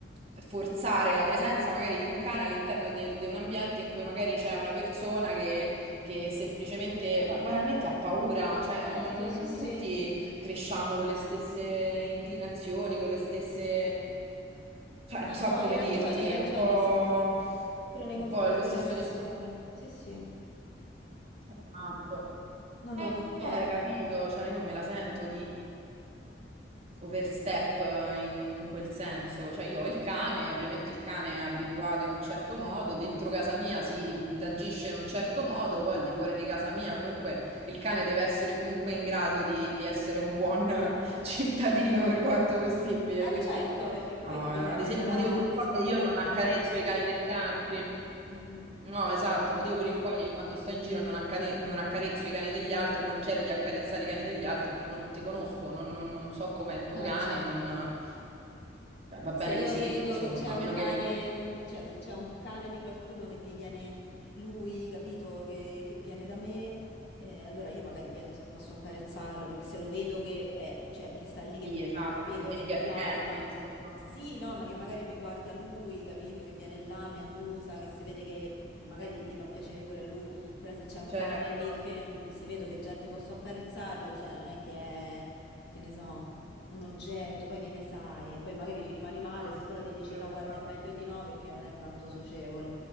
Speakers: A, on the right; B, on the left.
A: forzare la presenza magari di un cane all'interno de- di un ambiente in cui magari c'è una persona che che semplicemente, ba- banalmente ha paura, cioè
B: Certo,
A: non, non- non
B: sì, sì.
A: tutti cresciamo con le stesse inclinazioni, con le stesse, cioè non
B: No,
A: so
B: no,
A: come
B: hai ragione,
A: dirti,
B: hai
A: è
B: ragione,
A: un po',
B: sì, sì. Pure nei
A: un
B: confronti
A: po' lo
B: delle
A: stesso
B: persone,
A: discorso.
B: sì, sì.
A: che ho fatto.
B: No,
A: Eh,
B: no, concordo.
A: eh, capito, cioè io non me la sento di overstep eh, in, in quel senso.
B: No,
A: Cioè,
B: no.
A: io ho il cane, ovviamente il cane è abituato in un certo modo, dentro casa mia si agisce in un certo modo, poi al di fuori di casa mia comunque il cane deve essere comunque in grado di, di essere un buon <laughs> cittadino per quanto possibile.
B: Eh
A: Quindi,
B: certo, perché poi
A: no,
B: tu ti sei
A: ad
B: presa
A: esempio,
B: la,
A: motivo per
B: le
A: il
B: responsabilità.
A: quale io non accarezzo i cani degli altri.
B: Mm, mm.
A: No, esatto, motivo per il quale io quando sto in giro non, accane- non accarezzo i cani degli altri, non chiedo di accarezzare i cani degli altri perché non te conosco, non, non- non so com'è il tuo
B: No,
A: cane,
B: certo.
A: non... eh, va
B: Se
A: bene
B: io
A: così,
B: vedo
A: insomma,
B: che c'è
A: a
B: un
A: meno
B: cane,
A: che...
B: mh, cioè se c'è un cane di qualcuno che vi viene lui, capito, che, che viene da me, eh, allora io magari chiedo se posso accarezzarlo, perché se lo vedo che, è, cioè, che sta lì, che
A: Sì,
B: mi,
A: esatto,
B: capito,
A: se vedi
B: che mi
A: che è
B: guarda,
A: friendly, insomma.
B: sì, no, ma che magari mi guarda lui, capito, che viene là, mi annusa, che si vede che magari gli fa piacere pure a lui, però se c'è un cane
A: Certo,
B: lì, fe- mm, si vedo che gente posso accarezzarlo, cioè non è che è, che ne so un oggetto, poi che ne sai, e poi magari ci rimani male
A: no, ma
B: se
A: figurati,
B: quello ti dice no, guarda,
A: guarda.
B: è meglio di no perché non è tanto socievole.